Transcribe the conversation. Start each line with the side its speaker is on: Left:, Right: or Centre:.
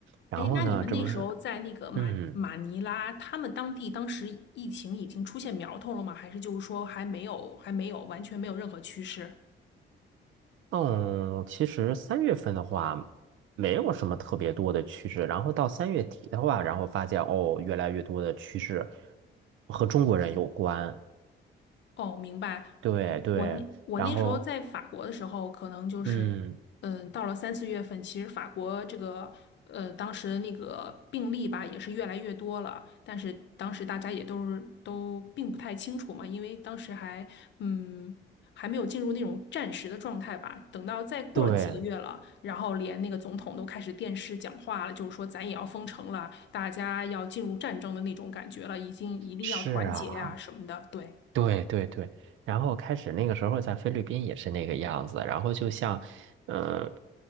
Right: 然后呢，
Left: 哎，那你们那时候在那个马马尼拉，
Right: 这不是，嗯
Left: 他们当地当时疫情已经出现苗头了吗？还是就是说还没有，还没有，完全没有任何趋势？
Right: 嗯，其实三月份的话，没有什么特别多的趋势，然后到三月底的话，然后发现哦，越来越多的趋势和中国人有关，
Left: 哦，明白。
Right: 对对，
Left: 我那我那时候在法国的时候，
Right: 然后
Left: 可能就是，
Right: 嗯，
Left: 嗯，到了三四月份，其实法国这个，呃，当时的那个病例吧，也是越来越多了。但是当时大家也都是都并不太清楚嘛，因为当时还，嗯，还没有进入那种战时的状态吧。等到再过了几个月了，
Right: 对，
Left: 然后连那个总统都开始电视讲话了，就是说咱也要封城了，大家要进入战争的那种感觉了，已经一定要团结呀、
Right: 是啊。
Left: 什么的，对。
Right: 对对对，然后开始那个时候在菲律宾也是那个样子，然后就像，嗯